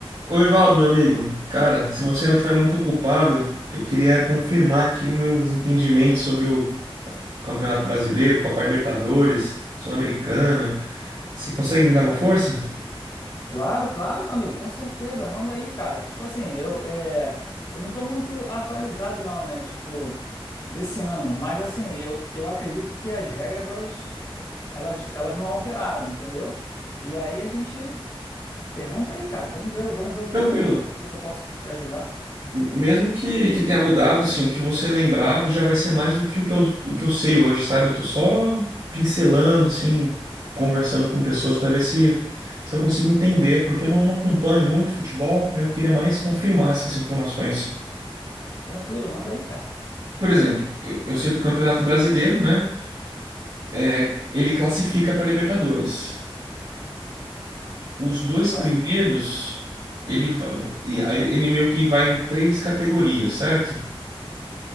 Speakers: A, on the right; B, on the left.
A: Oi, Valdo, meu amigo. Cara, se você não estiver muito ocupado, eu queria confirmar aqui os meus entendimentos sobre o Campeonato Brasileiro, Copa Libertadores, Sul-Americana. Você consegue me dar uma força?
B: Claro, claro, meu amigo, com certeza, manda aí, cara. Tipo assim, eu, é, eu não tô muito atualizado não, né? Tipo, desse ano, mas assim, eu, eu acredito que as regras, elas, elas, elas não alteraram, entendeu? E aí a gente pergunta aí, cara, vamos ver, vamos ver o que
A: Tranquilo.
B: que eu, o que que eu posso te ajudar.
A: Mesmo que, que tenha mudado, assim, o que você lembrava já vai ser mais do que o que eu, o que eu sei hoje, sabe? Eu tô só pincelando, assim, conversando com pessoas para ver se, se eu consigo entender, porque eu não, não acompanho muito futebol, aí eu queria mais confirmar essas informações.
B: Tranquilo, manda aí, cara.
A: Por exemplo, eu, eu sei do Campeonato Brasileiro, né? É, ele classifica para Libertadores. Os dois
B: Classi-
A: primeiros, ele, va- va- e aí ele ele meio que vai em três categorias, certo?